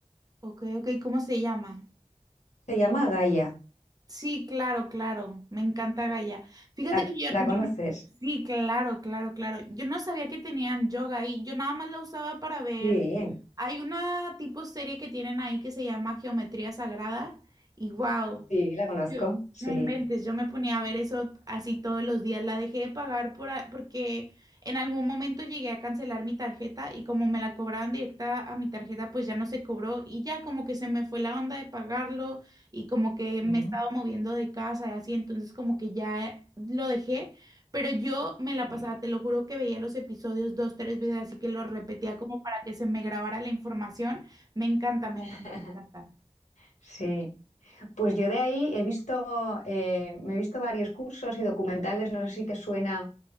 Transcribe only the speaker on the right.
Ok, ok, ¿cómo se llama?
Sí, claro, claro. Me encanta Gaia. Fíjate
que yo,
yo-
sí, claro, claro, claro. Yo no sabía que tenían yoga ahí. Yo nada más la usaba para ver.
Hay una tipo serie que tienen ahí que se llama Geometría Sagrada y wow.
Yo,
no inventes, yo me ponía a ver eso así todos los días. La dejé de pagar por, a- porque en algún momento llegué a cancelar mi tarjeta y como me la cobraban directa a mi tarjeta, pues ya no se cobró y ya como que se me fue la onda de pagarlo y como que me
he estado moviendo de casa y así, entonces como que ya lo dejé, pero yo me la
pasaba, te lo juro que veía los episodios dos, tres veces, así que lo repetía como para que se me grabara la información. Me encanta, me
encanta, me encanta.